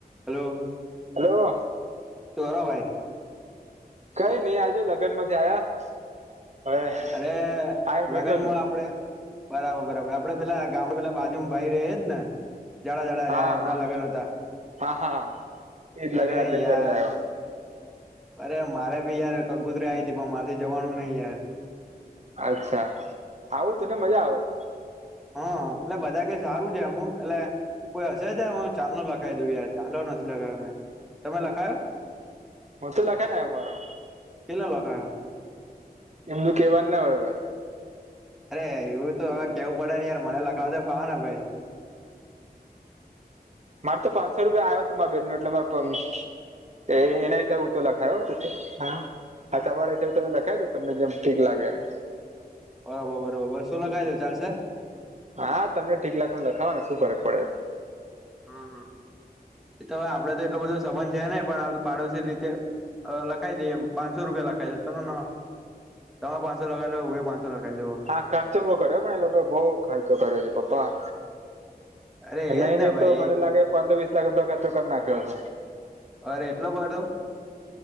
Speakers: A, in the centre; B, on the right.
A: Hello.
B: Hello.
A: તોવોરા વાય.
B: કઈ ની આ જો લગ્નમાંથી આયા. હવે
A: અરે
B: આવીને બેઠો
A: લગ્નમાં
B: છું
A: આપડે બરાબર, બરાબર આપળે પેલા ગામ પેલા બાજુમાં ભાઈ રેય એજ ને? જાડા-જાડા
B: હા
A: ર્યા એમના હતા,
B: હા હા એજ લગન
A: અરે
B: અટેન્ડ
A: યાર.
B: કરીને આવ્યો
A: અરે મારે બી યાર કંકુત્રી આઈ તી, પણ મારથી જવાણુ નય યાર.
B: અચ્છા, આવુંતને મજા આવત.
A: હ, એટલે બધા કે સારું છે એમનું એટલે. કોઈ હશે ત્યા માર ચાંદલો લખાય દેવ યાર, ચાંદલો નથી લખાવ્યો મેં તમે લખાયો.
B: પરથુ લખે ને અમારો.
A: કેટલા લખાયો?
B: એમધું કેવાન ના હોય અવે.
A: અરે, એવું તો અવે કેવું પડે ને યાર, મને લખાવતા ફાવે ને ભાઈ.
B: માર તો પાનસો રૂપિયા આયો તો માર બેન નું એટલે માર પાન તે એ એના હિસાબે હું તો લખાયો, <unintelligible> હા. હા, તમારા હિસાબે તમે લખાઈ દો, તમને જેમ ઠીક લાગે એમ.
A: બરોબર, બરોબર બશો લખાઈ દવ ચાલશે?
B: હા, તમને ઠીક લાગ એમ લખાવાન શું ફરક પડે.
A: હમ -હમ ઈ તો અવે આપળે તો એટલો બધો સંબંધ છે નય, પણ આ બધું પાડોશી રીતે અ લખાઈ દિએ પાંસો રૂપિયા લખાઈ દો ચાલોન. તમા પાંસો લખાવો એટલે હું એ પાંસો લખાઈ દો અવે.
B: આ ખર્ચો બો કર્યો પણ એ લોકો બો ખર્ચો કર્યો છે પપ્પા.
A: અરે
B: નય
A: એજ
B: -નય
A: ને ભાઈ
B: તો મને
A: એ
B: લાગે પંદર વીસ લાખ રૂપિયા ખર્ચો કર નાખ્યો હશે. <unintelligible>
A: અરે, એટલો બધો?